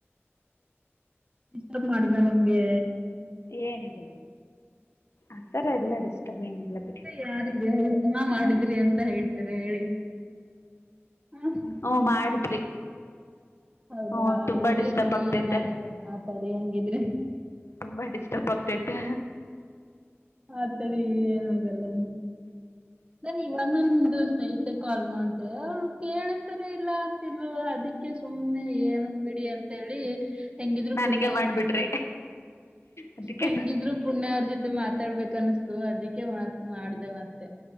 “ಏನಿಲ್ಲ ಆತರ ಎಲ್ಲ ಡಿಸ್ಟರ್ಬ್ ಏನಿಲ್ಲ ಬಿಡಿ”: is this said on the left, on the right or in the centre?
Left